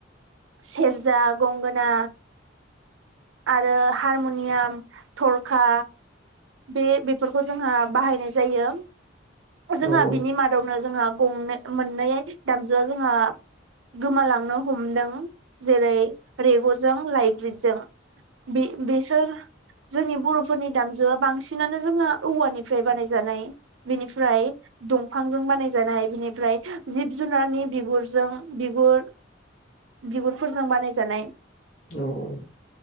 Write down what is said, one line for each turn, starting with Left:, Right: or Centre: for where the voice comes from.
Right: सेरजा गंगोना आरो हारमनियाम थरखा बे बेफोरखौ जोंहा बाहायनाय जायो जोंहा
Left: औ औ
Right: बिनि मादावनो जोंहा गंनै मोननै दामजुआ जोंहा गोमालांनो हमदों जेरै रेगजों लायग्रि जों बे बेसोर जोंनि बर'फोरनि दामजुआ बांसिनानो जोंहा औवानिफ्राय बानायजानाय बेनिफ्राय दं फांजों बानायजानाय बिनिफ्राय जिब जुनारनि बिगुरजों बिगुर बिगुरफोरजों बानायजानाय
Left: औ-औ।